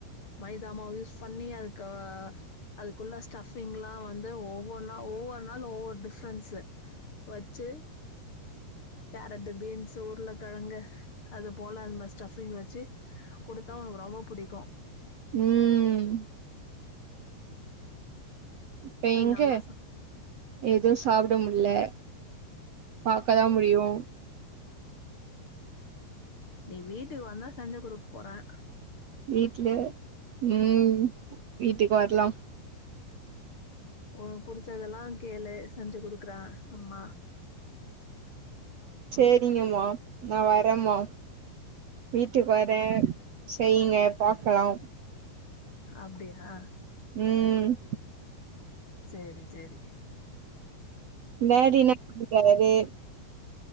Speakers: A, on the left; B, on the right.
A: மைதாமாவ யூஸ் பண்ணி அதுக்கு அதுக்குள்ள ஸ்டபிங் எல்லாம் வந்து ஒவ்வொரு நாள் ஒவ்வொரு நாள் ஒவ்வொரு டிஃபரென்ஸ் வச்சு கேரட் பீன்ஸ் உருளைக்கிழங்கு அது போல அந்த மாதிரி ஸ்டபிங் வச்சு கொடுத்தா உனக்கு ரொம்ப பிடிக்கும்
B: உம் இப்ப
A: நீ
B: எங்க
A: நல்லா சா
B: எதுவும் சாப்பிட முல பாக்கதான் முடியும்
A: நீ வீட்டுக்கு வந்தா செஞ்சை குடுக்கு போரேன்
B: வீட்டு்ல உம் வீட்டுக்கு வரலாம்
A: உனக்கு புடிச்சதெல்லாம் கேளு செஞ்சு குடுக்குறன் அம்மா
B: சரிங்கமா நான் வரேன்மா வீட்டுக்கு வரேன் செய்யுங்க பாக்கலாம்
A: அப்படியா
B: உம்
A: சரி சரி
B: மேடின பக்கேது